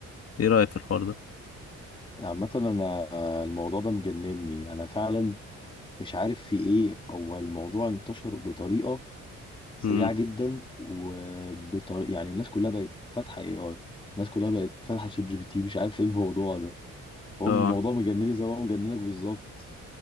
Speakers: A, on the left; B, on the left.
A: ايه رايك في الحوار ده
B: عامة انا آه، الموضوع ده مجنني انا فعلا مش عارف في ايه هو الموضوع انتشر بطريقة سريعة
A: امم
B: جدا وبطريقة يعني الناس كلها بقت فاتحة اي اي الناس كلها بقت فاتحة شات جي بي تي مش عارف ايه الموضوع ده هو
A: اه
B: الموضوع مجنني زي ما هو مجننك بالظبط